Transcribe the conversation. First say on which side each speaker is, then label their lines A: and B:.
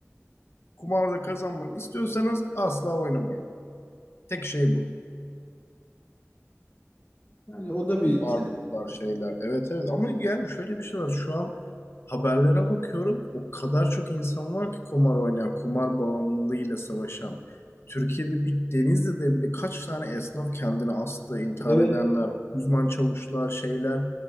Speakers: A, on the left; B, on the left.
A: Kumarda kazanmak istiyorsanız asla oynamayın. Tek şey bu.
B: yani o da
A: O
B: bir
A: barbuklar
B: <laughs>
A: şeyler. Evet evet ama yani şöyle bir şey var. Şu an haberlere bakıyorum. O kadar çok insan var ki kumar oynayan, kumar bağımlılığıyla savaşan. Türkiye'de bir Denizli'de bile kaç tane esnaf kendini astı, intihar
B: evet.
A: edenler, uzman çavuşlar, şeyler.